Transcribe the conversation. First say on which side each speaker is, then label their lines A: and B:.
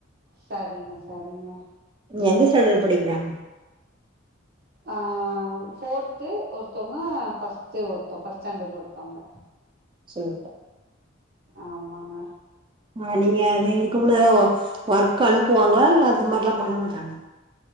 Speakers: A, on the right; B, on the right.
A: சரிங்க, சரிங்க.
B: நீ எந்த ஸ்டண்டர்டு படிக்கிறாங்க
A: ஆ ஃபோர்து ஒருத்தவங்க ஃபஸ்ட்டு ஒருத்து ஃபஸ்ட் ஸ்டாண்டர்ட் ஒருத்தவங்க
B: சூப்பர்
A: ஆமாங்க
B: ஆ நீங்க அது இருக்கு முன்ன ஏத ஒர்க் அனுப்புவாங்களா இல்ல அது மாதிரி எல்லா பண்ண மாட்டாங்கலா